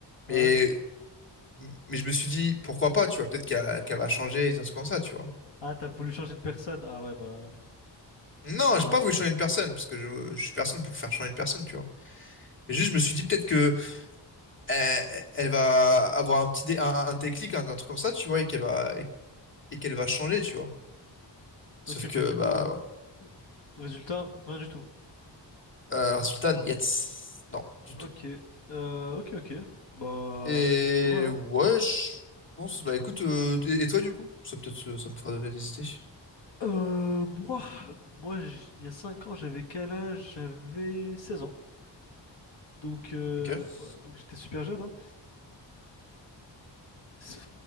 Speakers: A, on the left; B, on the left.
A: Ah
B: Mais
A: Ouais.
B: M- Mais je me suis dit, pourquoi pas, tu vois, peut-être qu'elle qu'elle va changer, et des trucs comme ça, tu vois.
A: Ah, t'as voulu changer de personne. Ah ouais, bah.
B: Non,
A: Ah,
B: j'ai
A: normal.
B: pas voulu changer une personne, parce que je, je suis personne pour faire changer une personne, tu vois. Mais juste, je me suis dit peut-être que euh, elle va avoir un petit dé- un, un déclic, un, un truc comme ça, tu vois, et qu'elle va et, et qu'elle va changer, tu vois. Sauf
A: Ok,
B: que,
A: mais du
B: bah,
A: coup, résultat, rien du tout.
B: euh, résultat, niet. Non, du
A: Ok.
B: tout.
A: Euh, ok, ok. Bah.
B: Et
A: Dommage, hein.
B: ouais, je pense,
A: Du
B: bah
A: coup.
B: écoute, euh, et, et toi du coup? Ça peut-être ça ça me fera donner des idées.
A: Euh, moi, moi, j- il y a 5 ans, j'avais quel âge? J'avais 16 ans. Donc, euh,
B: Ok.
A: ouais, donc j'étais super jeune. hein. C'est-